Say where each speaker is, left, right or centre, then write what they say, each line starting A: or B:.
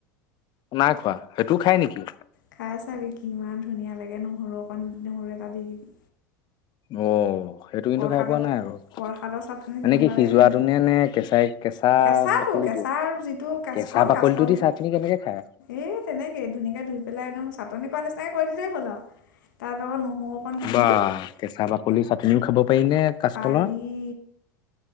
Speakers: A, on the left; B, on the left.
A: নাই খোৱা সেইটো খাই নেকি
B: খাই চাবি কিমান ধুনীয়া লাগে নহৰু অকণ নহৰু এটা দি দিবি
A: অ সেইটো কিন্তু
B: প্ৰসাদৰ
A: খাই পোৱা নাই আকৌ
B: প্ৰসাদৰ চাটনি
A: মানে
B: যেনেকুৱা
A: কি সিজোৱাটো
B: লাগে তেনে
A: নে নে কেঁচাই কেঁচা
B: কেঁচাটো
A: বাকলিটো
B: কেঁচাৰ যিটো কাচকল
A: কেঁচা বাকলিটো
B: কাচকলটো
A: দি চাটনি কেনেকে খাই
B: এ তেনেকে ধুনীয়াকে ধুই পেলাই একদম চাটনি কৰা নিচিনে কৰি দিলেই হ'ল আৰু তাত আকৌ নহৰু অকণ দি দিবি
A: বা কেঁচা বাকলি চাতনি খাব পাইনে কাচকলৰ
B: পাৰি